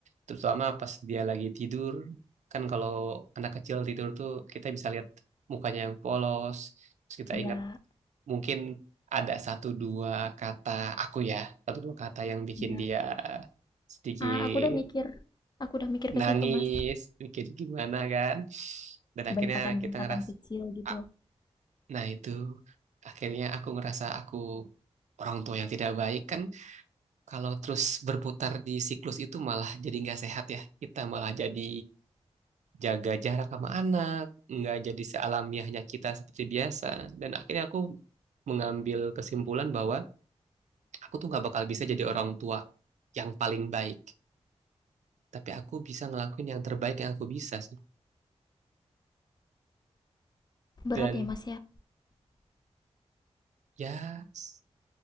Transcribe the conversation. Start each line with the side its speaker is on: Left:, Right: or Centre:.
Right: terutama pas dia lagi tidur kan kalau anak kecil tidur tuh kita bisa lihat mukanya yang polos terus kita
Left: Iya,
Right: ingat mungkin ada satu dua kata aku ya satu dua kata yang bikin
Left: iya.
Right: dia sedikit
Left: Ah, aku udah mikir, aku udah mikir ke
Right: nangis
Left: situ, Mas.
Right: bikin gimana kan dan akhirnya
Left: Bentakan-bentakan
Right: kita ngeras
Left: kecil gitu.
Right: ah, nah itu akhirnya aku ngerasa aku orang tua yang tidak baik kan kalau terus berputar di siklus itu malah jadi nggak sehat ya. Kita malah jadi jaga jarak sama anak, nggak jadi sealamiahnya kita seperti biasa. Dan akhirnya aku mengambil kesimpulan bahwa aku tuh nggak bakal bisa jadi orang tua yang paling baik. Tapi aku bisa ngelakuin yang terbaik yang aku bisa sih.
Left: Berat
Right: Dan
Left: ya, Mas ya.
Right: ya s-